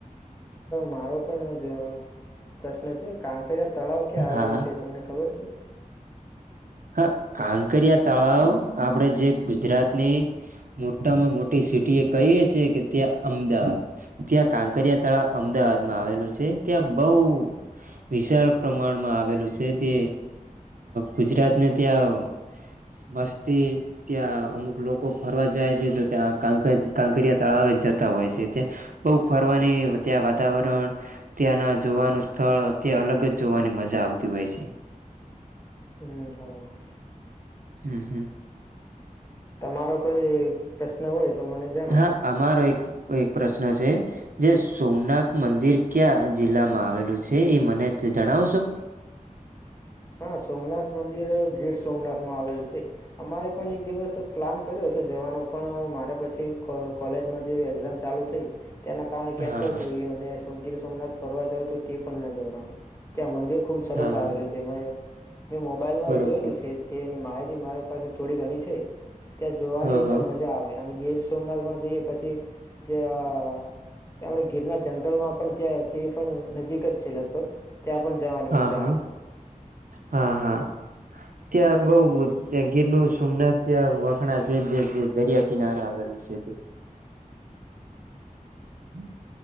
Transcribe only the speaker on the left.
મારો પણ પ્રશ્ન છે આ કજયા તળાવ ક્યાં આવેલું
છે તમને ખબર છે
હમ હા
મારો કોઈ પ્રશ્ન પ્ર્ન હોય તો મને જણાવ
હા સોમનાથ મંદિર ગીર સોમનાથમાં આવેલું છે અમારે પણ એક દિવસ પ્લાન કર્યો હતો જવાનો પણ મારે પછી ક કોલેજમાં જે એક્ઝામ ચાલુ થઈ તેના કારણે
કેન્સલ થઈ ગયું ને શું ગીર સોમનાથ ફરવા જવું તે પણ નજવાનું ત્યાં મંદિર ખૂબ સરસ
આવેલું છે મે મોબાઈલમાં
જોયેલું છે તે માહિતી મારી પાસે થોડી ઘણી છે ત્યાં જોવાની
એકદમ
મજા આવે ગીર સોમનાથમાં જઈએ પછી જે આ કે આપણે ગીરના જંગલમાં પણ ત્યાં તે પણ નજીક જ છે લગભગ ત્યાં પણ જવાની
મજા
આવે